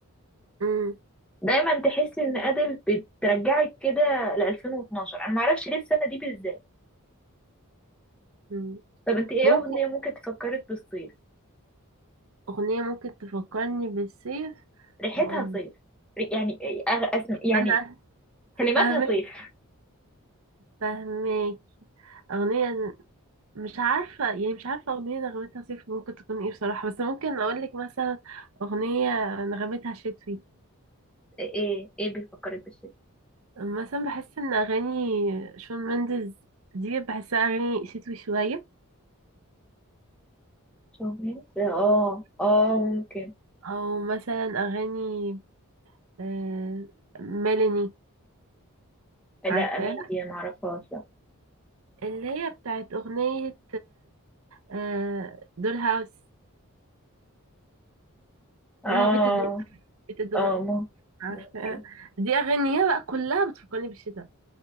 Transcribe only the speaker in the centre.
دايما تحس ان ادل بترجعك كده ل 2012 انا ما اعرفش ليه السنه دي بالذات
طب انت ايه
اغنيه ممكن تفكرك بالصيف
ريحتها
صيف ري- يعني إيه أغ... أسم... يعني
كلماتها
صيف
ايه ايه بيفكرك بالشتاء
شومين اه
اه ممكن
لا
امين دي ما اعرفهاش لا.
اه
اه ممكن
ممكن